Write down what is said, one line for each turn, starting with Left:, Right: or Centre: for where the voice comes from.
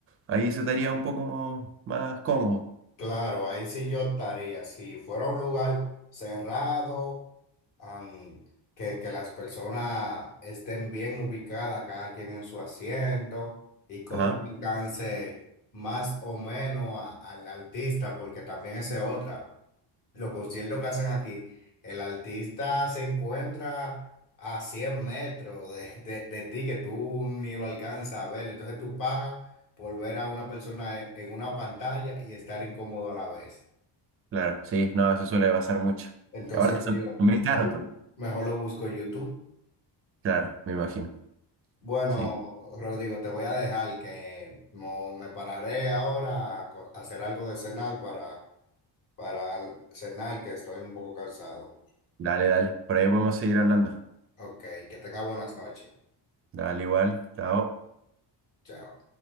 Right: ahí se estaría un poco más cómodo.
Left: Claro, ahí sí yo estaría. Si fuera un lugar cerrado, am, que, que las personas estén bien ubicadas, cada quien en su asiento y con
Right: Ajá,
Left: un alcance más o menos a- al artista, porque también esa es otra. Los conciertos que hacen aquí, el artista se encuentra a 100 metros de, de- de ti que tú ni lo alcanzas a ver. Entonces tú pagas por ver a una persona en, en una pantalla y estar incómodo a la vez.
Right: claro, sí, no, eso suele pasar mucho.
Left: Entonces
Right: Y aparte
Left: yo
Right: son
Left: digo,
Right: son bien caros
Left: mejor,
Right: también.
Left: mejor lo busco en YouTube.
Right: Claro, me imagino.
Left: Bueno,
Right: Sí.
Left: Rodrigo, te voy a dejar que mo- me pararé ahora a co- a hacer algo de cenar para, para cenar, que estoy un poco cansado.
Right: Dale, dale. Por ahí podemos seguir hablando.
Left: Ok, que tenga buenas noches.
Right: Dale, igual. Chao.
Left: Chao.